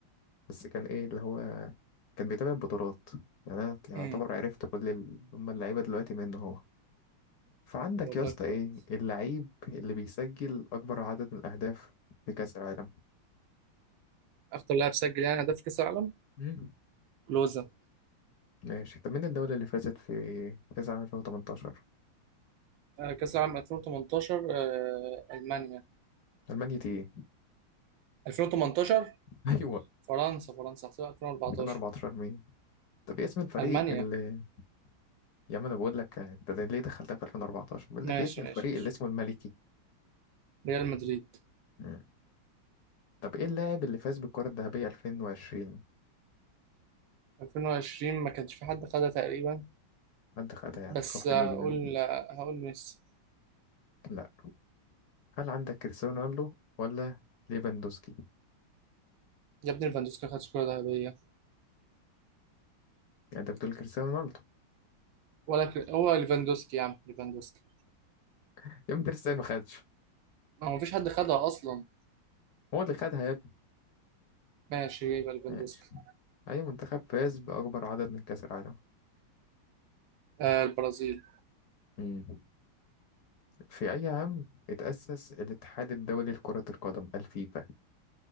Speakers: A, on the left; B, on the right.
A: بس كان إيه اللي هو كان بيتابع البطولات يعني أنا يعتبر
B: امم
A: عرفت كل ال- هما اللعيبة دلوقتي منه هو فعندك
B: طب والله
A: يا اسطى
B: كويس
A: إيه اللعيب اللي بيسجل أكبر عدد من الأهداف في كأس العالم
B: اكتر لاعب سجل يعني هدف في كأس العالم
A: مم.
B: كلوزا
A: ماشي طب مين الدولة اللي فازت في كأس عام 2018
B: آه، كأس العالم 2018 آه، المانيا
A: ألمانيا دي ايه
B: 2018
A: <laughs> أيوة
B: فرنسا فرنسا هحسبها 2014
A: 2014 مين طب ايه اسم الفريق
B: المانيا
A: اللي يا عم أنا بقول لك أنت ده ليه دخلتها في 2014 بقول
B: ماشي
A: لك ايه اسم الفريق
B: ماشي ماشي
A: اللي اسمه الملكي
B: ريال مدريد
A: مم. طب ايه اللاعب اللي فاز بالكرة الذهبية 2020
B: 2020 ما كانش في حد خدها تقريبا
A: حد خدها يعني
B: بس
A: تروح
B: هقول
A: لمين يعني
B: هقول ميسي
A: لا هل عندك كريستيانو رونالدو ولا ليفاندوسكي
B: يا ابني ليفاندوسكي خد كرة ذهبية
A: يعني أنت بتقول كريستيانو رونالدو
B: ولا ك... هو ليفاندوسكي يا عم ليفاندوسكي
A: <laughs> يا ابني كريستيانو ما خدش
B: هو مفيش حد خدها أصلا
A: هو اللي خدها يا ابني
B: ماشي يبقى ليفاندوسكي
A: ماشي أي منتخب فاز بأكبر عدد من كأس العالم
B: آه البرازيل
A: مم. في أي عام اتأسس الاتحاد الدولي لكرة القدم الفيفا